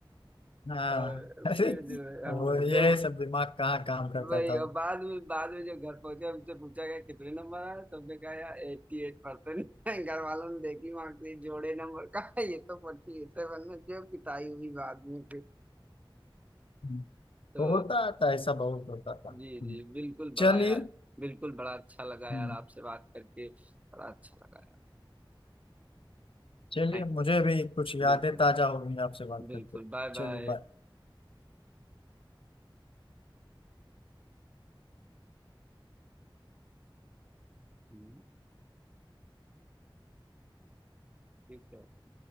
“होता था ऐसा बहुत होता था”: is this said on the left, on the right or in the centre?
Left